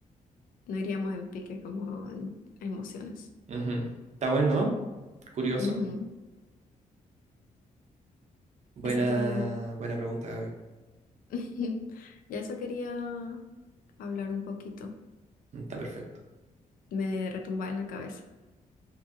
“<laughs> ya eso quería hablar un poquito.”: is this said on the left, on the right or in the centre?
Left